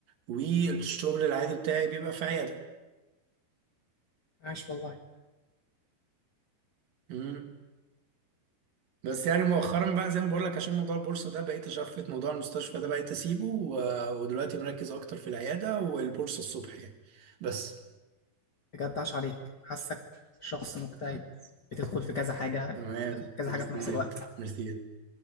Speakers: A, on the right; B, on the left.
A: والشغل العادي بتاعي بيبقى في عيادة
B: عاش والله
A: مم. بس يعني مؤخرا بقى زي ما بقول لك عشان موضوع البورصه ده بقيت اشفت موضوع المستشفى ده بقيت اسيبه و- ودلوقتي مركز اكتر في العياده والبورصه الصبح يعني بس
B: بجد عاش عليك حاسك شخص مجتهد
A: <laughs>
B: بتدخل في كذا حاجة
A: تمام
B: كذا
A: ميرسي
B: حاجة في نفس
A: جدا
B: الوقت
A: ميرسي جدا